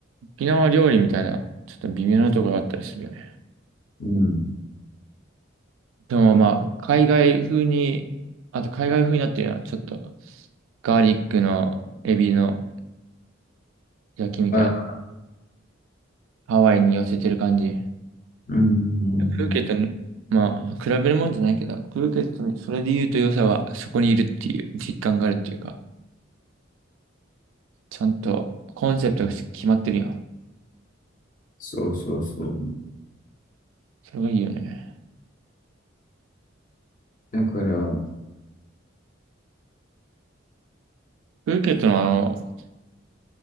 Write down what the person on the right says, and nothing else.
沖縄料理みたいな、ちょっと微妙なところがあったりするよね。
でもまあ、海外風に、あと海外風になってるのは、ちょっとガーリックのエビの焼きみたいな、
ハワイに寄せてる感じ。
プーケットに、まあ、比べるもんじゃないけど、プーケットに、それで言うと良さは、そこにいるっていう実感があるっていうか、ちゃんとコンセプトが決まってるやん。
それがいいよね。
プーケットのあ